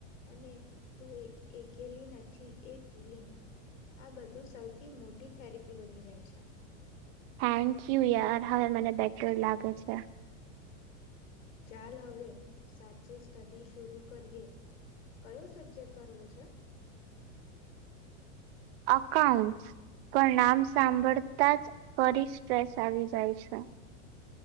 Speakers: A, on the left (about 80°); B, on the right (about 50°).
A: અને તું એક એકેલી નથી એ ફિલિંગ આ બધું સૌથી મોટી થેરેપી બની જાય છે.
B: થેન્ક યુ યાર હવે મને બેટર લાગે છે.
A: ચાલ હવે સાચે સ્ટડી શરુ કરીએ કયો સબ્જેક્ટ કરવો છે?
B: અકાઉન્ટસ પણ નામ સાંભળતા જ ફરી સ્ટ્રેસ આવી જાય છે.